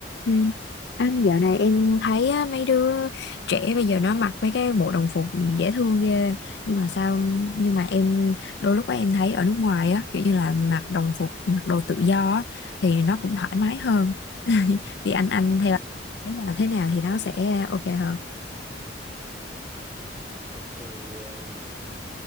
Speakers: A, on the left (about 65°); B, on the right (about 20°).
A: Ừ. Anh dạo này em thấy á, mấy đứa trẻ bây giờ nó mặc mấy cái bộ đồng phục dễ thương ghê nhưng mà sao nhưng mà em đôi lúc á, em thấy ở nước ngoài á kiểu như là mặc đồng phục mặc đồ tự do á, thì nó cũng thoải mái hơn <laughs> thì anh anh
B: Ừ.
A: theo cái nào thế nào thì nó sẽ ok hơn
B: Thì ờ,